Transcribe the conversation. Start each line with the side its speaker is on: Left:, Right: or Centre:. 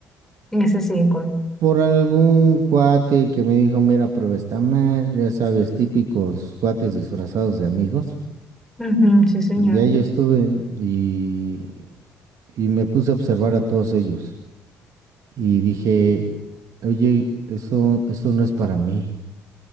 Centre: en ese círculo?
Right: por algún cuate que me dijo, mira, prueba esta madre, ya sabes, típicos cuates disfrazados de amigos.
Centre: Ujú, sí, señor.
Right: Y ahí estuve y, y me puse a observar a todos ellos. Y dije, oye, eso, eso no es para mí.